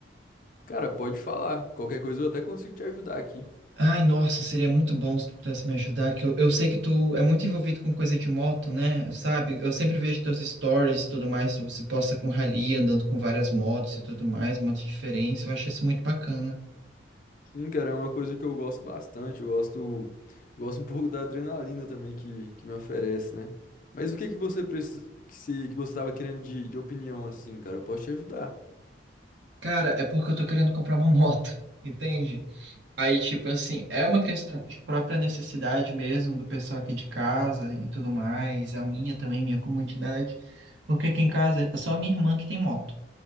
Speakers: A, on the left; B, on the right.
A: Cara, pode falar. Qualquer coisa eu até consigo te ajudar aqui.
B: Ai, nossa, seria muito bom se tu pudesse me ajudar, que eu, eu sei que tu é muito envolvido com coisa de moto, né? Sabe? Eu sempre vejo teus stories e tudo mais, tu se posta com rally, andando com várias motos e tudo mais, motos diferentes, eu acho isso muito bacana.
A: Sim, cara, é uma coisa que eu gosto bastante. Eu gosto, gosto um <laughs> pouco da adrenalina também que, que me oferece, né? Mas o que que você precisa, que, se, que você tava querendo de, de opinião assim, cara? Eu posso te ajudar.
B: Cara, é porque eu tô querendo comprar uma moto, <laughs> entende? Aí, tipo assim, é uma questão de própria necessidade mesmo do pessoal aqui de casa e tudo mais, a minha também, minha comodidade, porque aqui em casa é só a minha irmã que tem moto.